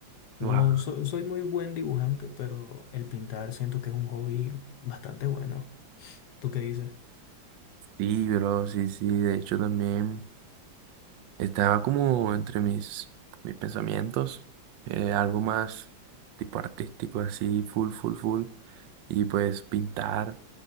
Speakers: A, on the left; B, on the right.
A: No,
B: wow.
A: so- soy muy buen dibujante, pero el pintar siento que es un hobby bastante bueno. ¿Tú qué dices?
B: Sí, bro, sí, sí. De hecho, también. Estaba como entre mis, mis pensamientos, eh, algo más tipo artístico, así, full, full, full. Y pues pintar.